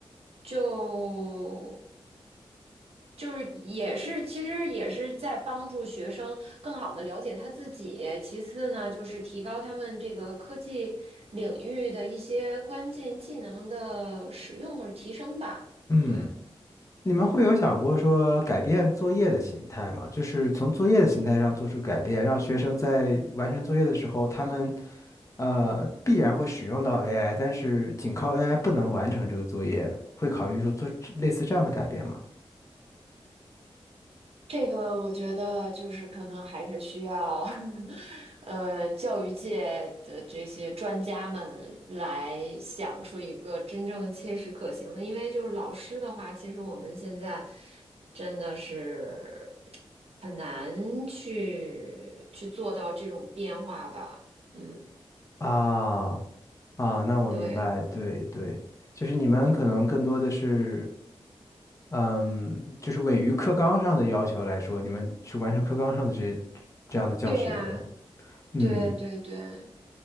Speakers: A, on the right (about 75°); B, on the left (about 30°).
A: 就就是也是，其实也是在帮助学生更好的了解他自己。其次呢，就是提高他们这个科技领域的一些关键技能的使用或者提升吧。
B: 嗯。
A: 对，
B: 你们会有想过说改变作业的形态吗？
A: 嗯，
B: 就是从作业的形态上做出改变，让学生在完成作业的时候，他们呃必然会使用到 AI，但是仅靠 AI 不能完成这个作业，会考虑说做类似这样的改变吗？
A: 这个我觉得就是可能还是需要 <laughs> 呃，教育界的这些专家们来想出一个真正切实可行的，因为就是老师的话，其实我们现在真的是很难去去做到这种变化吧。嗯，
B: 啊啊，那我明白，
A: 对，
B: 对对，就是你们可能更多的是，嗯，就是位于课纲上的要求来说，你们去完成课纲上的这这样的教学，
A: 对呀，
B: 是吗？嗯，
A: 对对对，